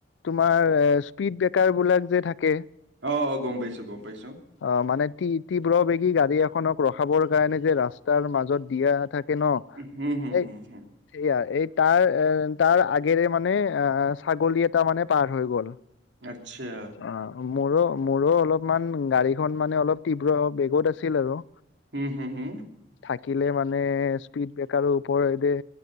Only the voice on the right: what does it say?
অ, অ। গম পাইছোঁ। গম পাইছোঁ।
হুম, হুম,
হুম,
হুম।
আটচা।
হম, হু হু।